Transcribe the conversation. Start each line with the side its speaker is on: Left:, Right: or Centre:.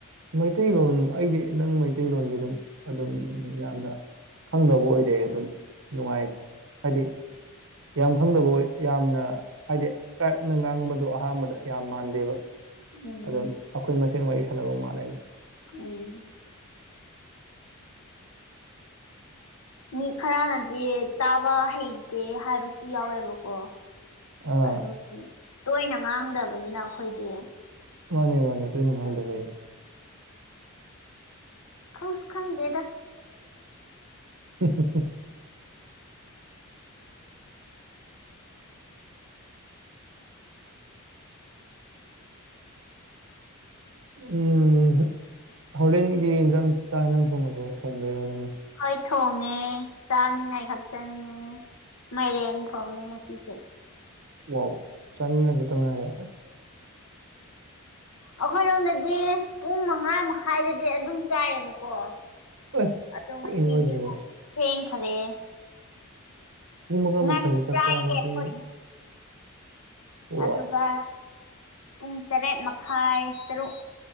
Right: ꯃꯩꯇꯩꯂꯣꯟ ꯑꯩꯗꯤ ꯅꯪ ꯃꯩꯇꯩꯂꯣꯟꯁꯦ ꯑꯗꯨꯝ ꯑꯗꯨꯝ ꯌꯥꯝꯅ ꯈꯪꯗꯕ ꯑꯣꯏꯗꯦ ꯑꯗꯨꯝ ꯅꯨꯡꯉꯥꯏ ꯍꯥꯏꯗꯤ ꯌꯥꯝ ꯈꯡꯗꯕ ꯑꯣꯏ ꯌꯥꯝꯅ ꯍꯥꯏꯗꯤ ꯇ꯭ꯔꯥꯏꯞꯅ ꯉꯥꯡꯕꯗꯣ ꯑꯍꯥꯟꯕꯗ ꯌꯥꯝ ꯃꯥꯟꯗꯦꯕ
Left: ꯎꯝ
Right: ꯑꯗꯨꯝ ꯑꯩꯈꯣꯏ ꯃꯁꯦꯟ ꯋꯥꯔꯤ ꯁꯥꯟꯅꯕ ꯃꯥꯜꯂꯦ
Left: ꯃꯅꯦ ꯃꯤ ꯈꯔꯅꯗꯤ ꯇꯥꯕ ꯍꯩꯇꯦ ꯍꯥꯏꯕꯁꯨ ꯌꯥꯎꯋꯦꯕꯀꯣ
Right: ꯑꯥ
Left: ꯑꯗꯨꯝ ꯇꯣꯏꯅ ꯉꯥꯡꯗꯕꯅꯤꯅ ꯑꯩꯈꯣꯏꯗꯤ
Right: ꯃꯥꯅꯦ ꯃꯥꯅꯦ ꯇꯣꯏꯅ ꯉꯥꯡꯗꯕꯩꯅꯦ
Left: ꯑꯗꯨ ꯈꯪꯁꯨ ꯈꯪꯗꯦꯗ
Right: ꯎꯝ ꯍ ꯍ ꯎꯝ ꯍꯣꯔꯦꯟꯒꯤ ꯏꯟꯁꯥꯡ ꯆꯥꯛ ꯌꯦꯟꯖꯥꯡ ꯊꯣꯡꯉꯕꯣ ꯊꯣꯡꯗꯣꯏꯔꯣ ꯅꯪꯅ
Left: ꯍꯣꯏ ꯊꯣꯡꯉꯦ ꯆꯥꯅꯤꯉꯥꯏ ꯈꯛ ꯆꯪꯉꯦ ꯃꯥꯏꯔꯦꯟ ꯊꯣꯡꯉꯦ ꯉꯁꯤ ꯑ <inaudible>
Right: ꯋꯥ ꯆꯥꯅꯤꯡꯉꯥꯏ ꯈꯛꯇꯪ ꯉꯥꯏꯔꯦ
Left: ꯑꯩꯈꯣꯏꯔꯣꯝꯗꯗꯤ ꯄꯨꯡ ꯃꯉꯥ ꯃꯈꯥꯏꯗꯗꯤ ꯑꯗꯨꯝ ꯆꯥꯏꯌꯦꯕꯀꯣ
Right: ꯑꯦ
Left: ꯑꯗꯣ ꯉꯁꯤꯗꯤ
Right: ꯀꯩꯅꯣ ꯍꯥꯏꯁꯤꯕꯣ
Left: ꯊꯦꯡꯈꯔꯦ
Right: ꯄꯨꯡ ꯃꯉꯥ
Left: ꯉꯟꯅ
Right: ꯃꯈꯥꯏꯗ ꯆꯥꯛ
Left: ꯆꯥꯏꯌꯦ
Right: ꯆꯥꯔꯗꯤ
Left: ꯑꯩꯈꯣꯏꯗꯤ
Right: ꯑꯣ
Left: ꯑꯗꯨꯒ ꯄꯨꯡ ꯇꯔꯦꯠ ꯃꯈꯥꯏ ꯇꯔꯨꯛ